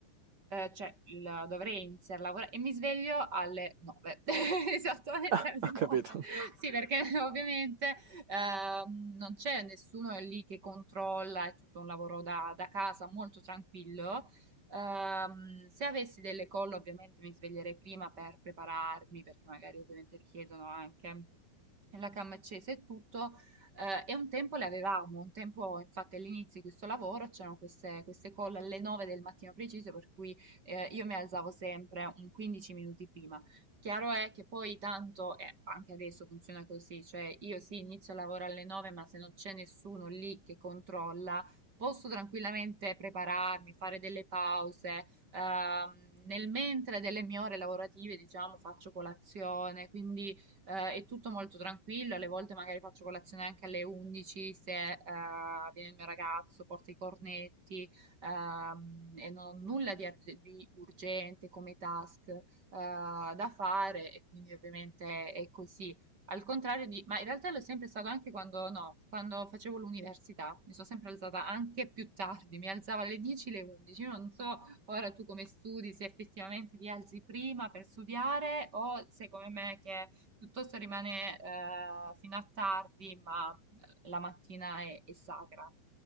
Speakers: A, on the right (about 35°); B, on the right (about 85°).
A: Eh, cioè, il- dovrei iniziare a lavorare e mi sveglio alle 9, <laughs> esattamente
B: <laughs>
A: alle
B: Ho capito.
A: 9. Sì, perché <laughs> ovviamente ehm, non c'è nessuno lì che controlla, è tutto un lavoro da, da casa molto tranquillo. Ehm, se avessi delle call, ovviamente mi sveglierei prima per prepararmi, perché magari ovviamente richiedono anche la cam accesa e tutto. Eh, e un tempo le avevamo, un tempo infatti all'inizio di questo lavoro c'erano queste, queste call alle 9 del mattino preciso, per cui eh, io mi alzavo sempre un 15 minuti prima. Chiaro è che poi tanto, eh, anche adesso funziona così, cioè io sì inizio il lavoro alle 9, ma se non c'è nessuno lì che controlla, posso tranquillamente prepararmi, fare delle pause, ehm, nel mentre delle mie ore lavorative, diciamo, faccio colazione, quindi eh, è tutto molto tranquillo, alle volte magari faccio colazione anche alle 11 se eh, viene il mio ragazzo, porta i cornetti, ehm, e non ho nulla di, ar- di urgente come task eh, da fare e quindi ovviamente è così. Al contrario di, ma in realtà l'ho sempre stato anche quando, no, quando facevo l'università, mi sono sempre alzata anche più tardi, mi alzavo alle 10, alle 11, io non so ora tu come studi, se effettivamente ti alzi prima per studiare o se come me che piuttosto rimane eh, fino a tardi, ma la mattina è, è sacra.